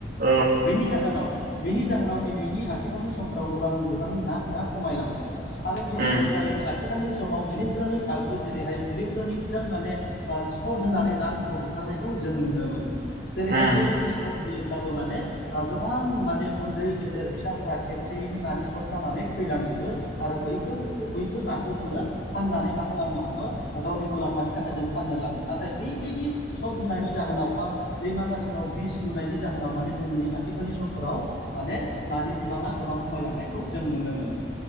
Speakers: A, on the right; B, on the left.
A: औ
B: बेनि जाहोनाव बेनि जाहोनाव दिनैनि आथिखालनि समफोराव गोबां बिबांनि नाफोरा खमायलांदों आरो बेनि
A: उम
B: अनगायैबो आथिखालनि समाव इलेक्ट्रनिक आगजु जेरैहाय इलेकट्रनिक जों माने सट होनानै नाफोरखौ बुथारनायखौ जों नुनो मोनो जेरैहाय
A: उम
B: बेबायदि सर्ट होयोब्लाबो माने गोबां माने उन्दै गेदेर फिसाफोरा खेबसेयैनो नानि सथ जानानै थैलांजोबो आरो बैफोर बैफोर नाखौ जोङो फाननानै मा खालामनो हमो गावनि मुलाम्फानि थाखाय जों फाननो लाङो नाथाय बैबायदि सट होनायनि जाहोनाव बा दैमा गाथोनाव बिस लुनायनि जाहोनाव माने जोंनि आथिखालनि समफोराव माने नानि बिबाङा गोबां खमायलांनायखौ जों नुनो मोनो